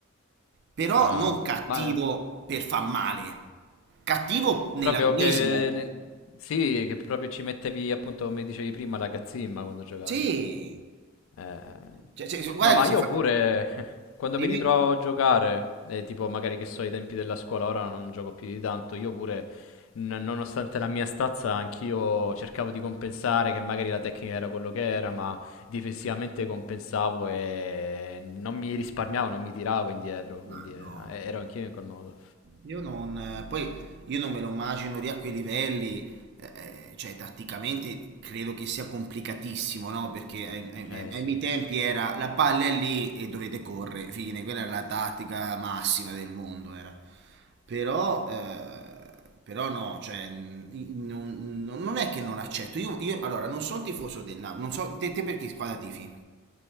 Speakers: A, on the right; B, on the left.
A: Però
B: Ah,
A: non cattivo
B: ma
A: per far male, cattivo nell'agonismo.
B: Proprio che... nel- Sì, che proprio ci mettevi, appunto, come dicevi prima, la cazzimma quando giocavi.
A: Sì,
B: Eh,
A: Cioè, cioè, guarda
B: No, ma
A: che
B: io
A: si fa...
B: pure <laughs> quando
A: Dimmi?
B: mi ritrovo a giocare, eh, tipo magari che so ai tempi della scuola, ora non gioco più di tanto, io pure, n- nonostante la mia stazza, anch'io cercavo di compensare che magari la tecnica era quello che era, ma difensivamente compensavo e non mi risparmiavo, non mi tiravo indietro, quindi
A: Ma
B: eh,
A: no.
B: ero anch'io in quel modo.
A: Io non, poi io non me lo immagino lì a quei livelli, eh, eh, cioè tatticamente credo che sia complicatissimo, no? Perché ai, ai-
B: Eh
A: ai
B: sì.
A: miei tempi era la palla è lì e dovete correre, fine, quella era la tattica massima del mondo, era. Però, eh, però no, cioè, n- non, non- non è che non accetto, io, io- allora non sono tifoso del Napoli, non so, te, te per che squadra tifi?